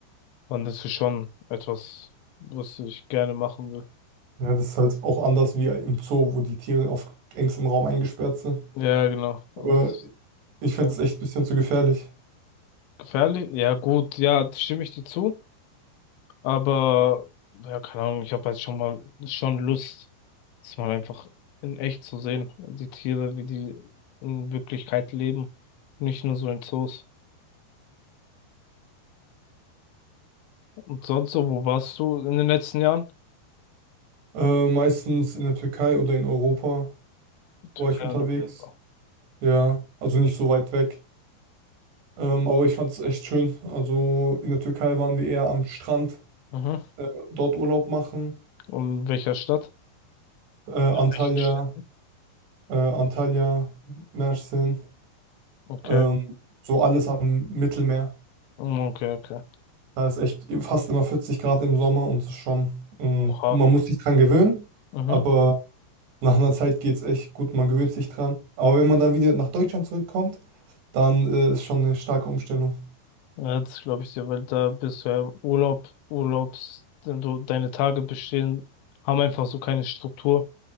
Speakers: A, on the left; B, on the right.
A: dann ist es schon etwas, was ich gerne machen will.
B: Ja, das ist halt auch anders wie im Zoo, wo die Tiere auf engstem Raum eingesperrt sind.
A: Ja, genau. Und
B: Aber
A: das,
B: ich fände
A: ja.
B: es echt ein bisschen zu gefährlich.
A: Gefährlich? Ja, gut, ja, stimme ich dir zu. Aber, ja, keine Ahnung, ich habe halt schon mal schon Lust, das mal einfach in echt zu sehen. Die Tiere, wie die in Wirklichkeit leben. Nicht nur so in Zoos. Und sonst so, wo warst du in den letzten Jahren?
B: Äh, meistens in der Türkei oder in Europa
A: Türkei
B: war ich unterwegs.
A: und Europa.
B: Ja, also nicht so weit weg. Ähm, aber ich fand es echt schön. Also in der Türkei waren wir eher am Strand.
A: Mhm.
B: äh, dort Urlaub machen.
A: Und in welcher Stadt?
B: Äh, Antalya,
A: In welchen Städten?
B: äh, Antalya, Mersin,
A: Okay.
B: ähm, so alles am Mittelmeer.
A: Mm, Okay, okay.
B: Da ist echt fast immer 40 Grad im Sommer und es ist schon, ähm,
A: Oha.
B: man muss sich dran gewöhnen,
A: Mhm.
B: aber nach einer Zeit geht es echt gut, man gewöhnt sich dran. Aber wenn man dann wieder nach Deutschland zurückkommt, dann äh, ist schon eine starke Umstellung.
A: Ja, das glaube ich dir, weil da bist du ja im Urlaub, Urlaubs, du, deine Tage bestehen, haben einfach so keine Struktur.